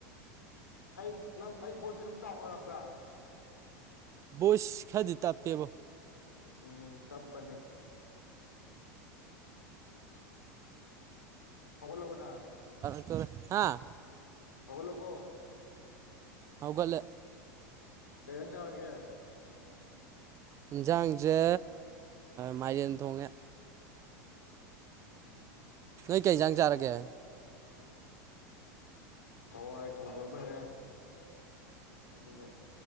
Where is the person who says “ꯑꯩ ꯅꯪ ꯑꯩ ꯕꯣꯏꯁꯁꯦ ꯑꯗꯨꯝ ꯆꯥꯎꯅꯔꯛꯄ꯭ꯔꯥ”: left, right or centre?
Left